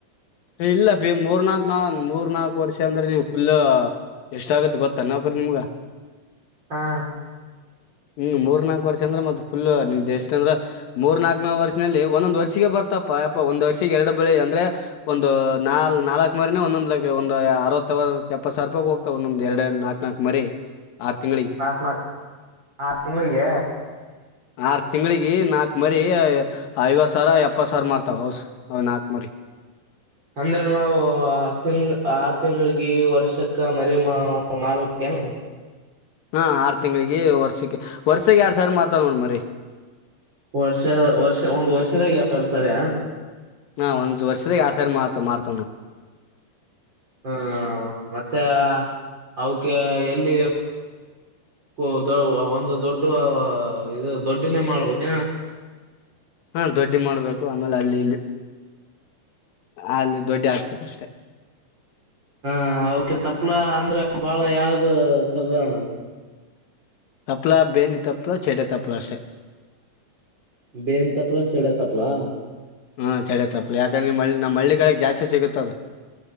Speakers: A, on the left; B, on the right.
A: ಇಲ್ಲ ಮೂರ್ ನಾಕ ಮೂರ್ ನಾಕಕ್ ವರ್ಷ ಅಂದ್ರೆ ನೀಮ್ ಫುಲ್ ಎಷ್ಟ ಆಗತ್ತೆ ಗೊತ್ತ ನಾವಕರಿ ನಿಮ್ಗ
B: ಹಾ
A: ಹ್ಮ್ ಮೂರ್ನಾಾಕಕ್ ವರ್ಷ ಅಂದ್ರೆ ಮತ್ತ ಫುಲ್ ನಿಮ್ದ್ ಎಷ್ಟಟ್ ಅಂದ್ರ ಮೂರ್ ನಾಕ್ನ ವರ್ಷಲ್ಲಿ ಒಂದೊಂದ ವರ್ಷಿಗ ಬರ್ತಪ ಯಪ್ಪಾ ಒಂದ್ ವರ್ಷಿಗೆ ಎರಡು ಬೆಳಿ ಅಂದ್ರೆ ಒಂದು ನಾಲ್ ನಾಲ್ಕು ಮರಿನೇ ಒಂದೊಂದ್ ಲ ಒಂದು ಅರವತ್ತಾವ ಚಪ್ಪ ಸಾವಿ ರಪಿ ಹೋಗ್ತವೆ ಒಂದೊಂದು ಎರಡುಡು ನಾಲ್ಕಕ್ ನಾಲ್ಕು ಮರಿ ಆರ್ ತಿಂಗಳಿಗೆ
B: ಪಾಕ್ಮ ಆರು ತಿಂಗಳಿಗೆ
A: ಆರು ತಿಂಗಳಿಗೆ ನಾಲ್ಕು ಮರಿ ಐವತ್ತು ಸಾವಿರ ಎಪ್ಪತ್ತು ಸಾವಿರ ಮಾಡ್ತಾವ ಹೌಸ ನಾಲ್ಕು ಮರಿ
B: ಅಂದ್ರ ನಾವವು ತಿಂಗ್ ಆರು ತಿಂಗಳಗ ವರ್ಷಕ್ಕ ಮರಿ ಮಾ ಮಾರ್ುವಕ್ಕನಾ
A: ಹಾ ಆರು ತಿಂಗಳಿಗೆ ವರ್ಷಕ್ಕೆ ವರ್ಸಗ್ ಯಾರ್ ಸ ಮಾಡತ್ ನೋಡ ಮ್ರರಿ
B: ವರ್ಷ ವರ್ಷ ಒಂದು ವರ್ಷದಾಗ ಎಲ್ಲರುು ಸರಿ
A: ಹಾ ಒಂದ್ ವರ್ಷದಾಗ ಎಡ್ ಸಾರಿ ಮತ ಮಾರ್ತವನು
B: ಹ್ಮ ಮತ್ತೆ ಅವಕ ಎಲ್ಲಿ ಲ್ಲಿ ಒಂದು ದೊಡ್ಡ ಇದು ದೊಡ್ಡನೇ ಮಾಡ್ಬೇಕ
A: ಹಾ ದೊಡ್ಡಿ ಮಾಡ್ಬೇಕು ಆಮೇಲೆ ಅಲ್ಲಿ ಇಲ್ಲಿ ಅಲ್ಲಿ ದೊಡ್ಡಿ ಹಾಕ್ಬೇಕುಷ್ಟೆ
B: ಹಾ ಅಕ ತಪ್ಲಾ ಅಂದ್ರೆ ಬಾಳ ಯಾವ್ದ ಚಲ್ಣ
A: ತಪ್ಲಾ ಬೇನಿ ತಪ್ಲ ಚಟ ತಪ್ಲ ಅಷ್ಟೆ
B: ಬೇನ್ ತಪ್ಪಲ ಚೆಡ ತಪ್ಪಲಾ
A: ಹಾ ಚಳಿ ತಪ್ಪಲಿ ಯಾಕಂದ್ರೆ ಮಿ ನಮ್ಮ ಮಳ್ಳಿ ಕಿಗೆ ಜಾಸ್ತಿ ಸಿಗುತ್ತದ